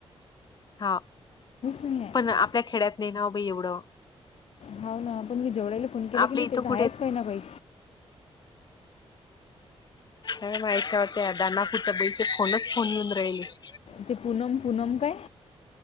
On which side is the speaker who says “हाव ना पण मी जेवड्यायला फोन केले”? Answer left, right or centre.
Left